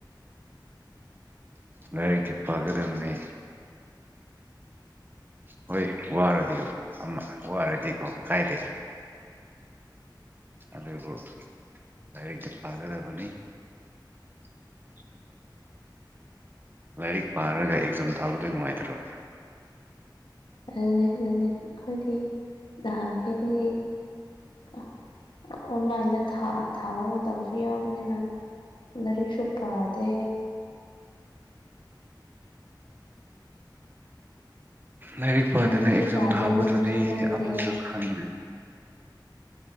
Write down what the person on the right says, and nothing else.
ꯂꯥꯏꯔꯤꯛꯇꯤ ꯄꯒꯗꯝꯅꯦ ꯍꯣꯏ ꯋꯥꯔꯗꯤ ꯑꯃ ꯋꯥꯔꯗꯤꯀꯣ ꯀꯥꯏꯗꯦ ꯑꯗꯨꯕꯨ ꯂꯥꯏꯔꯤꯛꯇꯤ ꯄꯥꯒꯗꯕꯅꯤ <inaudible> ꯂꯥꯏꯔꯤꯛ ꯄꯥꯔꯒ ꯑꯦꯛꯖꯥꯝ ꯊꯥꯕꯗꯣ ꯅꯨꯡꯉꯥꯏꯇ꯭ꯔꯣ
ꯂꯥꯏꯔꯤꯛ ꯄꯥꯗꯅ
ꯑꯦꯛꯖꯥꯝ
ꯊꯥꯕꯗꯨꯗꯤ
ꯑꯃꯇꯥ ꯈꯪꯗꯦ